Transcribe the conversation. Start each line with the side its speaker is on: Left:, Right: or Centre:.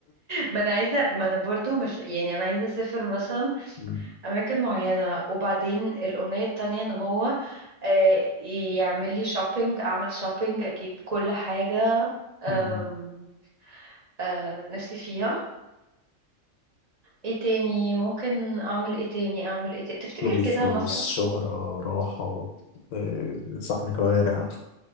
Right: ما انا عايزه ما انا برضو مش يعني انا عايزه اسافر مثلا
Left: مم.
Right: اماكن معينة وبعدين الامنية التانية ان هو آه، يعمل لي شوبينج اعمل شوبينج اجيب كل حاجة آم،
Left: <laughs> مم.
Right: آه، نفسي فيها ايه تاني ممكن اعمل ايه تاني اعمل ايه تاني تفتكر
Left: طلبي
Right: كده
Left: فلوس
Right: مثلا
Left: شهرة راحة آه، صحن كوارع